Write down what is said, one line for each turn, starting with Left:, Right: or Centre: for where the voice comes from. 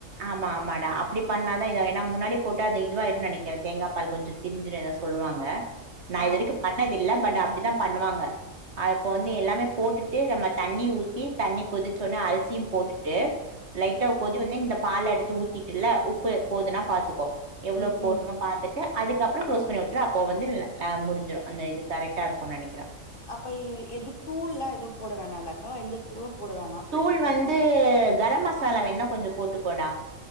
Right: ஆமா ஆமா டா அப்டி பண்ணாதா இதா என முன்னாடி போட்ட அது இதுவாருன்னனு நெனக்கற தேங்கா பால் கொஞ்ச திரிஞ்சுடு ஏதோ சொல்லுவாங்க நா
Left: ஆ
Right: இது வரைக்கு
Left: ஆ
Right: பண்ணதில்ல பட் அப்டித்தா பண்ணுவாங்க அப்ப வந்து எல்லாமே போட்டுட்டு நம்ம தண்ணி ஊத்தி தண்ணி கொதிச்சோன அரிசியு போட்டுட்டு லைட்டா
Left: ம்
Right: கோதி வந்து இந்த பால எடுத்து ஊத்திட்டு இல்ல உப்பு போதுனா பாத்துக்கோ எவ்ள
Left: ம்
Right: போடணுமோ
Left: ம்
Right: பா ட்டு அதுக்கப்றம் களோஸ் பண்ணி விட்டு அப்ப வந்து முடிஞ்சிடும் அந்த இது கரெக்டா இருக்கும்னு நனைக்கறே
Left: அப்ப எது தூள்லாம் எதுவும் போட வேணாம்ல்லக்கா எந்த தூளும் போட வேணாம்
Right: தூள் வந்து கரம் மசாலா வேணா கொஞ்ச போட்டுக்கோடா